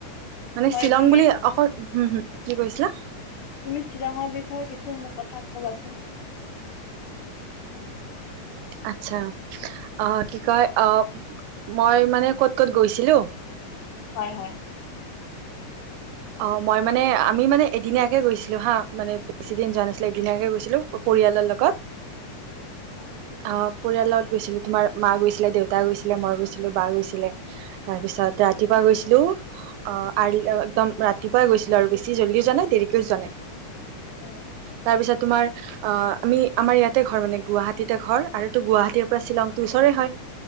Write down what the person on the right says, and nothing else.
মানে
শ্বিলং
বুলি অকল হম হম কি কৈছিলা?
আচ্ছা অ' কি কয় অ মই মানে ক'ত ক'ত গৈছিলো!
অ' মই মানে আমি মানে এদিনীয়াকে গৈছিলো হা মানে বেছিদিন যোৱা নাছিলো একদিনীয়াকে গৈছিলো পৰিয়ালৰ লগত।
অ' পৰিয়ালত গৈছিলোঁ তোমাৰ মা গৈছিলে, দেউতা গৈছিলে, মই গৈছিলো, বা গৈছিলে। তাৰপিছত ৰাতিপুৱা গৈছিলো অ আৰলি একদম ৰাতিপুৱাই গৈছিলো আৰু বেছি জল্দীও যোৱা নাই দেৰিকেও যোৱা নাই।
তাৰ পিছত তোমাৰ আ আমি আমাৰ ইয়াতে ঘৰ মানে গুৱাহাটীতে ঘৰ আৰুতো গুৱাহাটীৰ পৰা শ্বিলং তটো ওচৰে হয়।